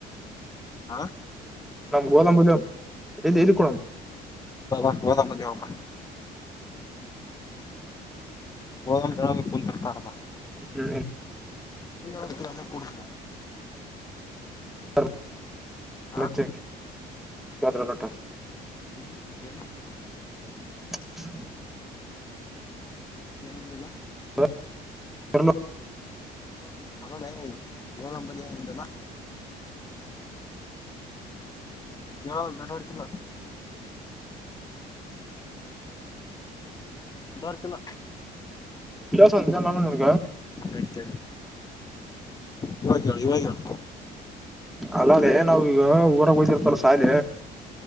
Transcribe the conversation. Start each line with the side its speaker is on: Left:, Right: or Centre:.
Left: ಹಾ
Centre: ನಮ್ಮ ಗೋದಂಬುರ ಎದು ಇಕಳ
Left: ಹ ಒದ ಮಾವ ಬ ಹೋಗ ಕುಂತರ್ ಪಾಬ
Centre: ಹ್ಮ್
Left: ಅದಕ್ಕೆಲ್ಲ ಕೊಡ
Centre: <inaudible>
Left: ಹ ಹ್ಮ್ ಏನು
Centre: <inaudible>
Left: ಹೆನ್ ಅಂದಲ್ಲ
Centre: ಕಲ <unintelligible>
Left: ಅಲ್ಲಲ್ಲ ಗೋದಂಬ ದೇ ಎಂತಲ್ಲ ಹೇಳದು ನೆಟ್ವರ್ಕ್ ಕಿಲ್ಲ ನೆಟ್ವರ್ಕ್ ಇಲ್ಲ
Centre: <unintelligible>
Left: ನಡ್ತ ಇವಾಗ ಹೇಳು ಇವಾಗ ಹೇಳು
Centre: ಅಲ್ಲೇ ನಾವ್ ಈಗ ಊರಾಗ ಹೋಯ್ತಿರ್ತಲ್ಲ ಸಾಲಿ